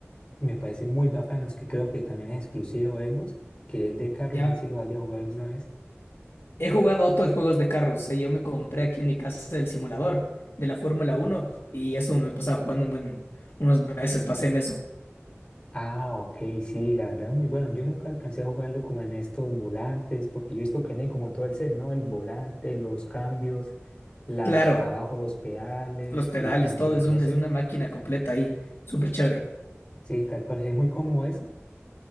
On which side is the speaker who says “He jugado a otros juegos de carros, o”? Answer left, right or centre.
Left